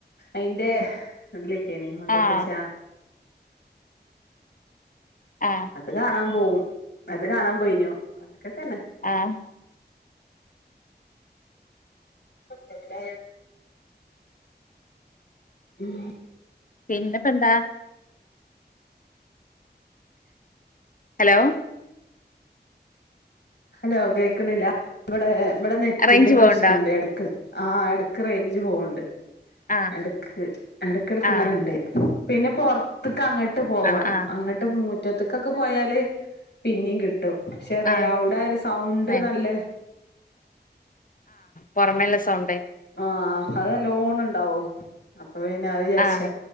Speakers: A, on the left (about 70°); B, on the left (about 50°).
A: അയിന്റെ എല്ലേ ക്കേഞ്ഞി കൊണ്ടോട്ടേർച്ച
B: ആഹ് ആഹ്
A: അത് കാണാൻ പോഉം അത് കാണാൻ പോയിഞ്ഞോ അത് ക്കെത്തെന്നെ
B: ആഹ്
A: പ <unintelligible> ഉം
B: പിന്നെപ്പെ എന്താ ഹലോ
A: ഹലോ കേക്ണില്ല ഇവിടെ ഏ ഇവടെ നെറ്റിന്റെ
B: റേഞ്ച്
A: പ്രശ്നംണ്ട്
B: പോവ്ണ്ടോ
A: എടക്ക് ആഹ് എട്ക് റേഞ്ച് പോവ്ണ്ട്
B: ആഹ്
A: എടക്ക് എടക്കെടക്ക് ഇങ്ങനെണ്ട്
B: ആഹ്
A: പിന്നെ പൊർത്ത്ക്ക് അങ്ങട്ട് പോവണം
B: ആഹ് ആഹ്
A: അങ്ങട്ട് മൂ മുറ്റത്തക്കൊക്കെ പോയാല് പിന്നേം കിട്ടും. ചെറിയ
B: ആഹ്
A: അവിടെ ഒരു സൗണ്ട്
B: മേ
A: നല്ല
B: പുറമേല്ല സൗണ്ട്
A: ആഹ് അത് ലോണ് ഇണ്ടാവോ. <unintelligible> വിചാരിച്ചാ
B: ആഹ്